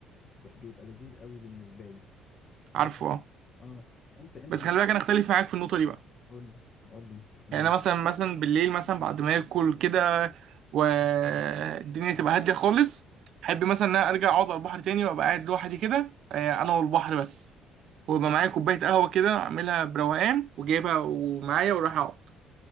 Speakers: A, on the left; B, on the right.
A: بتبقى- بيبقى لذيذ قوي بالنسبه لي
B: عارفه
A: انت
B: اه
A: اه انت انت
B: بس
A: ممكن
B: خلي بالك انا اختلف معاك في النقطه دي بقى
A: قول لي قول لي انت تسمع
B: يعني
A: ايه
B: انا مثلا مثلا بالليل مثلا بعد ما اكل كده والدنيا تبقى هاديه خالص احب مثلا ان انا ارجع اقعد على البحر تاني وابقى قاعد لوحدي كده آه، انا والبحر بس ويبقى معايا
A: اه
B: كوبايه قهوه كده اعملها بروقان وجايبها ومعايا وراح اقعد